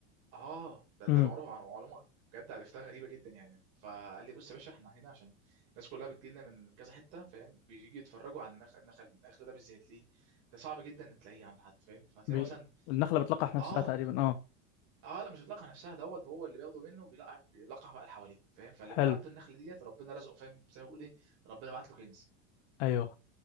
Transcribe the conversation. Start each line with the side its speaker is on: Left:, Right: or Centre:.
Right: اه ده ده
Left: امم
Right: معروف عن معلومه بجد عرفتها غريبه جدا يعني فقال لي بص يا باشا احنا هنا عشان الناس كلها بتجي لنا من من كذا حته فاهم بيجي يتفرجوا على النخل النخل, النخل ده بالذات ليه ده صعب جدا ان تلاقيه عند حد فاهم فهتلاقي
Left: بي...
Right: مثلا
Left: النخلة بتلقح نفسها
Right: اه
Left: تقريبا اه
Right: اه لا مش بتلقح نفسها دوت هو اللي بياخده منه بيلقح بيلقح بقى اللي حواليه فاهم فاللي
Left: حلو
Right: بيبقى عنده النخله ديت ربنا رزقه فاهم زي ما بيقول ايه ربنا بعت له كنز
Left: ايوه